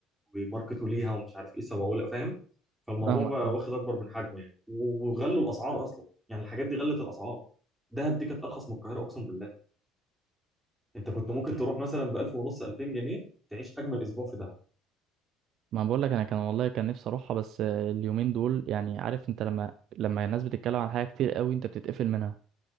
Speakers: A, in the centre; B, on the right.
A: ويماركتوا ليها ومش عارف ايه سووا لها فاهم فالموضوع
B: فاهمك
A: بقى
B: اه
A: واخد اكبر من حجمه يعني و- وغلوا الاسعار اصلا يعني الحاجات دي غلت الاسعار دهب دي كانت ارخص من القاهره اقسم بالله انت كنت ممكن تروح مثلا ب 1000 ونص 2000 جنيه تعيش اجمل اسبوع في دهب
B: ما بقول لك انا كان والله كان نفسي اروحها بس آه، اليومين دول يعني عارف انت لما لما الناس بتتكلم عن حاجه كتير قوي انت بتتقفل منها